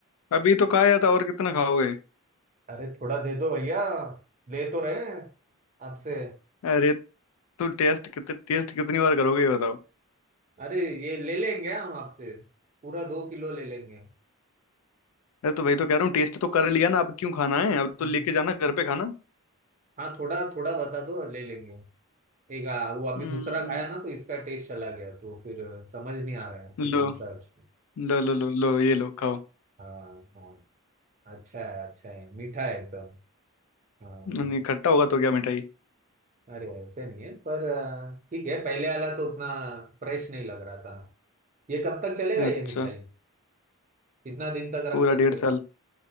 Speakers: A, on the left; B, on the right.
A: अभी तो खाया था और कितना खाओगे
B: अरे थोड़ा दे दो भैया ले तो रहे हैं आपसे
A: अरे तो टेस्ट कितने टेस्ट कितनी बार करोगे ये बताओ
B: अरे ये ले लेंगे हम आपसे पूरा दो किलो ले लेंगे
A: अरे तो वही तो कह रहा हूँ टेस्ट तो कर लिया ना अब क्यों खाना है अब तो
B: हम्म।
A: लेके जाना घर पे खाना
B: हाँ थोड़ा थोड़ा बता दो ले लेंगे एक आ, वो अभी
A: हम्म,
B: दूसरा खाया ना तो इसका टेस्ट चला गया तो फिर समझ नहीं आ रहा है कि
A: लो
B: कौन सा अच्छा
A: लो लो लो लो ये लो खाओ
B: हाँ हाँ अच्छा है अच्छा है मीठा है एकदम हाँ
A: नहीं खट्टा होगा तो क्या मिठाई
B: अरे ऐसे नहीं है पर आ, ठीक है पहले वाला तो उतना फ्रेश नहीं लग रहा था ये कब तक चलेगा ये
A: अच्छा
B: मिठाई कितना दिन तक
A: पूरा
B: रख सकते
A: डेढ़
B: हैं
A: साल